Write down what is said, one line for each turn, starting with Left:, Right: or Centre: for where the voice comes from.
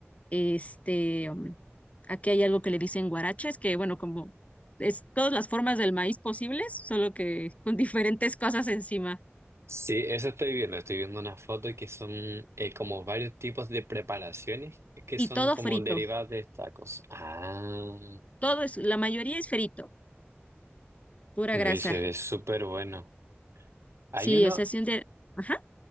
Left: este, mm, Aquí hay algo que le dicen guaraches, que bueno, como es todas las formas del maíz posibles, solo que con <laughs> diferentes cosas encima.
Right: sí, eso estoy viendo. Estoy viendo unas fotos que son eh, como varios tipos de preparaciones que
Left: Y
Right: son
Left: todo
Right: como
Left: frito,
Right: derivadas de tacos. Ah,
Left: todo es, la mayoría es frito, pura
Right: me
Left: grasa.
Right: se ve súper bueno. Hay
Left: Sí,
Right: uno,
Left: o sea, si un día, ajá,